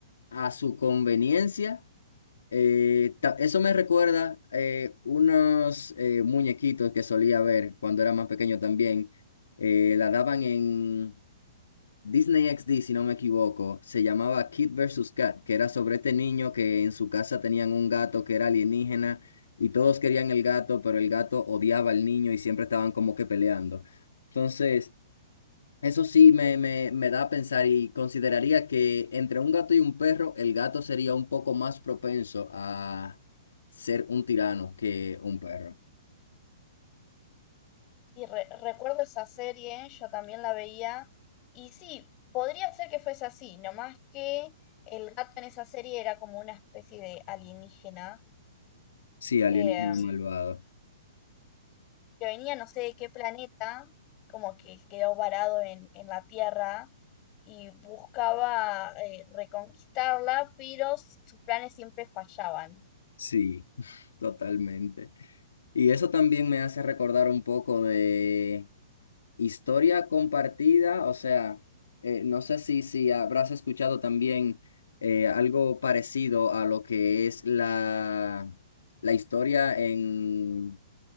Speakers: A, on the left; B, on the left.
A: a su conveniencia. Eh, ta- eso me recuerda eh, unos eh, muñequitos que solía ver cuando era más pequeño también. Eh, la daban en Disney XD, si no me equivoco. Se llamaba Kid versus Cat, que era sobre este niño que en su casa tenían un gato que era alienígena y todos querían el gato, pero el gato odiaba al niño y siempre estaban como que peleando. Entonces... Eso sí me, me, me da a pensar y consideraría que entre un gato y un perro, el gato sería un poco más propenso a ser un tirano que un perro.
B: Y re- recuerdo esa serie, yo también la veía, y sí, podría ser que fuese así, nomás que el gato en esa serie era como una especie de alienígena
A: Sí, alienígena
B: eh, Sí.
A: malvado.
B: que venía no sé de qué planeta, como que quedó varado en, en la Tierra y buscaba eh, reconquistarla, pero su- sus planes siempre fallaban.
A: Sí, totalmente. Y eso también me hace recordar un poco de historia compartida, o sea, eh, no sé si, si habrás escuchado también eh, algo parecido a lo que es la, la historia en